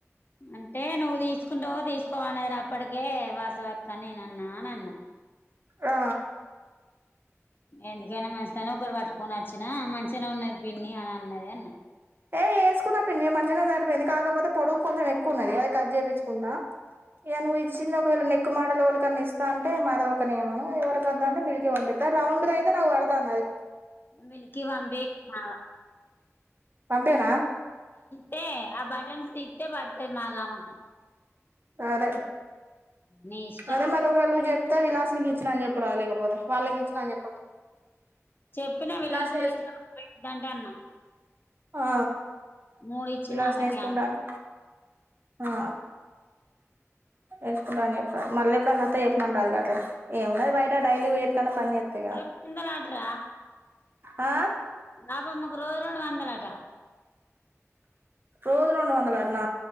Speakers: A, on the left (about 45°); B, on the right (about 45°).
A: అంటే నువ్ తీసుకుంటావో తీసుక్ తో అనేరప్పటికే వాస్ చో అక్క నేనన్న అనన్నా
B: ఆ
A: ఎందుకైనా మంచి తన ఒకటి పట్టుకొని వచ్చినా మంచిగనే ఉన్నది పిన్ని అనన్నది అన్న
B: ఏ ఏసుకున్నా పిన్ని మంచిగనే సరిపోయింది కాకపోతే పొడుగు కొంచెం ఎక్కువున్నది అది కట్ చేపిచ్చుకున్నా ఇగ నువ్విచ్చింది ఒకవేళ నెక్ క్కు మాడులోలికి ఇస్తా అంటే మాధవక్కని ఇయమను ఎవలికీ వద్దాంటే మిల్కీ పంపిత్తా రౌండ్ దైతే నాకు పడతాందది
A: మిల్కీ వంబి మా
B: అంబేనా
A: తే ఆ బటన్స్ తీత్తే పడతది బాగా మాకం
B: అదే
A: నీ ఇష్టం
B: అరే మారుకలు జెప్ ప్తా విలాసినికి ఇచ్చిన అని చెప్పరాదు లేకపోతే వాళ్ళకి ఇచ్చిన అని చెప్పకు
A: చెప్పినా విలాసునికి
B: విలాసిని వేసు
A: ఇచ్చిన పెట్టేంట్ అన్న
B: ఆ
A: మూడు ఇచ్చిన
B: విలాసిని
A: ఆమెకి
B: వేసుకుంటాను
A: అన్
B: ఆ ఏసుకుంటా అని చెప్పారా మళ్ళేప్పుడన్న అత్తే చెప్పమని రాదు కా అట్ ఏ ఉన్నయి బయట డైలీ వేరుకన్న పన్ చేత్తాయిగా
A: వందలాటరా
B: ఆ
A: నాపమనకు రోజు రో వందలాట
B: రోజు రెండు వందలన్న